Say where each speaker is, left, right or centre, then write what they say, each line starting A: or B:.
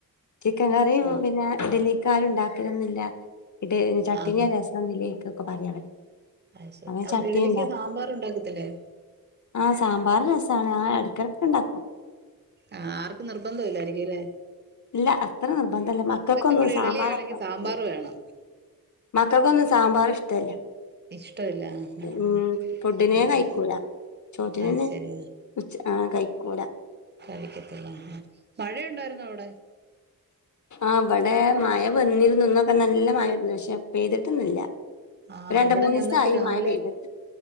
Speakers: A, on the left; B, on the right.
A: ചിക്കൻ കറിയ
B: ആഹ്
A: പിന്നെ ഇഡലിക്ക് ആരു ഉണ്ടാക്കലൊന്നില്ല ഇ ചട്ണി
B: ആഹ്
A: രസം വിലക്ക ഒക്കെ പറയാ അവര്
B: അയ്ശേരി
A: അവൻ ചട്ടിനി
B: ഇഡലിക്ക്
A: ഉണ്ടാക്കും
B: സാമ്പാറ് ഉണ്ടാക്കത്തില്ലേ?
A: ആഹ്! സാമ്പാർ രസാണ് ആഹ് എടക്കെടക്ക് ഇണ്ടാക്കും
B: ആഹ്! ആർക്കും നിർബന്ധം ഇല്ലാരിക്കും അല്ലേ!
A: ഇല്ല അത്ര നിർബന്ധം ഇല്ല മക്കൾക്കൊന്നും
B: ഇവിടെ
A: സാമ്പാറ്
B: ഇഡലി ആണെങ്കിൽ
A: -
B: സാമ്പാർ വേണം
A: മക്കൾക്കൊന്നും സാമ്പറ് ഇഷ്ടല്ല!
B: ഇഷ്ടമില്ല ആഹ്
A: ഉം...
B: ആഹ്
A: ഫുഡിനെ
B: ആഹ്
A: കഴിക്കൂല ചോറ്റിനെന്നെ
B: അത് ശരി
A: ഉച്ച. ആഹ് കയിക്കൂല
B: കഴിക്കാത്തില്ല മഴയുണ്ടായിരുന്നോ അവിടെ?
A: ആഹ്! ഇവിടെ മഴ വന്നിരുന്നു ഇന്നൊക്കെ നല്ല മഴ ഉണ്ടാരുന്നു പക്ഷെ പെയ്തിട്ടൊന്നുല്ല
B: ആഹ്!
A: രണ്ട്
B: ഇവിടെ
A: മൂന്ന്
B: ഞങ്ങൾക്ക്
A: ദിവസായി
B: രാവിലെ
A: മഴ പെയ്തിട്ട്